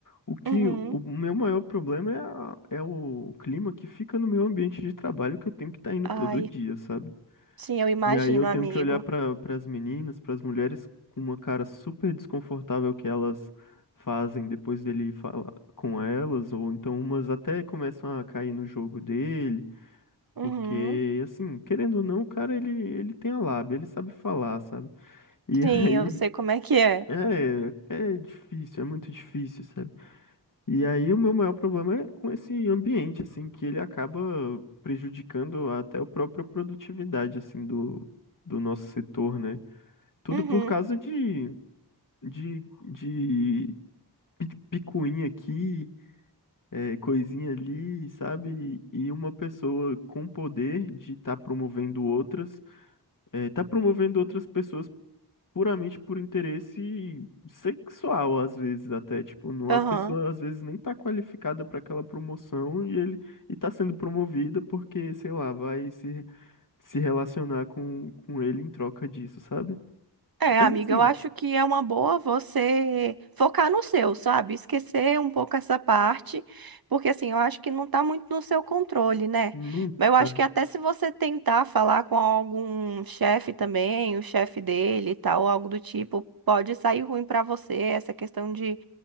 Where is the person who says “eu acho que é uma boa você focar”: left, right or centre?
Right